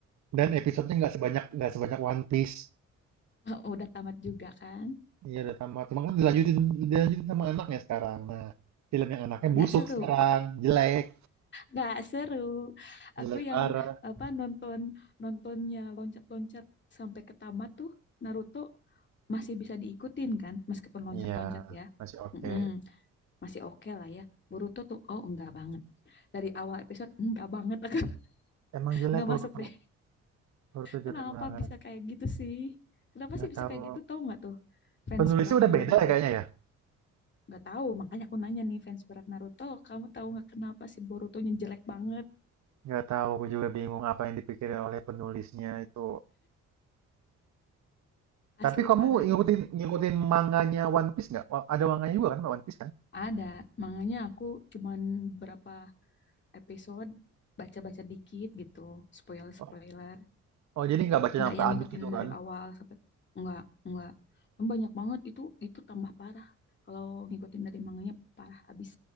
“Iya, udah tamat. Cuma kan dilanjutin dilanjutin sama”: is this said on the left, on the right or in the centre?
Right